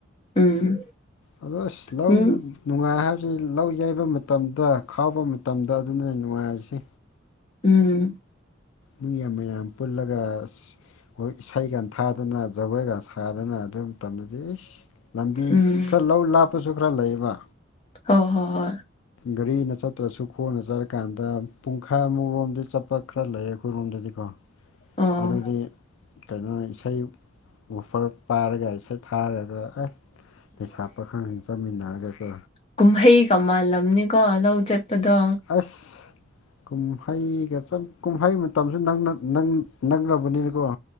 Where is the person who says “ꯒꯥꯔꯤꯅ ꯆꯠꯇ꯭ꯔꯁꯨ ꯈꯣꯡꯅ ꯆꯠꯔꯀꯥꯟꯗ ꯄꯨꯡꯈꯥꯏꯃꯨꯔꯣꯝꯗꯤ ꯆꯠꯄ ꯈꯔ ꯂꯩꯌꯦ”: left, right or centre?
Left